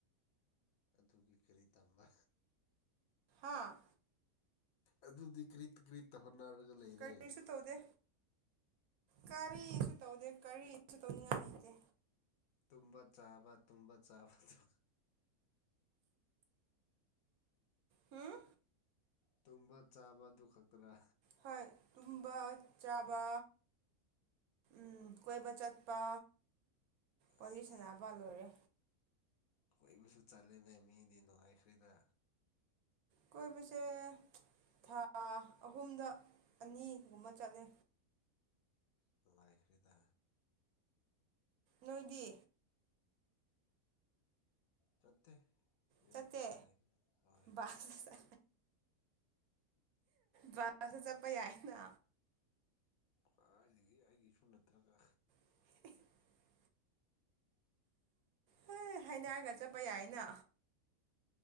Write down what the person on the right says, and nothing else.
ꯍꯥꯥ
ꯀꯔꯤꯁꯨ ꯇꯧꯗꯦ ꯀꯔꯤꯁꯨ ꯇꯧꯗꯦ ꯀꯔꯤꯁꯨ ꯇꯧꯅꯤꯡꯉꯥꯏ ꯂꯩꯇꯦ꯫
ꯍꯥꯝ
ꯍꯣꯏ ꯇꯨꯝꯕ ꯆꯥꯕ ꯎꯝ ꯀꯣꯏꯕ ꯆꯠꯄ
ꯋꯥꯔꯤ ꯁꯅꯕ
ꯂꯣꯏꯔꯦ꯫
ꯀꯣꯏꯕꯁꯦ ꯊꯥ ꯑꯍꯨꯝꯗ ꯑꯅꯤꯒꯨꯝꯕ ꯆꯠꯂꯦ꯫
ꯅꯣꯏꯗꯤ꯫
ꯆꯥꯠꯇꯦ
ꯕꯁ꯫ ꯕꯁꯇ ꯆꯠꯄ ꯌꯥꯏꯅ꯫
<inaudible> ꯍꯩ ꯍꯥꯏꯅꯔꯒ ꯆꯠꯄ ꯌꯥꯏꯅ꯫